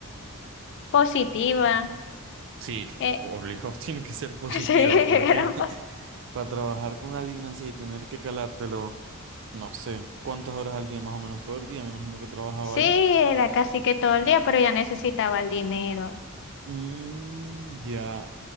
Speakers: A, on the left; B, on the right.
A: positiva.
B: Sí,
A: Eh,
B: o- obligado <laughs> tiene que ser positiva,
A: <laughs> Sí, era,
B: porque
A: pas-
B: <laughs> para trabajar con alguien así y tener que calártelo, no sé, cuántas horas al día, más o menos todo el día, me imagino que trabajaba
A: sí,
B: ahí.
A: era casi que todo el día, pero ella necesitaba el dinero.
B: Mm, ya,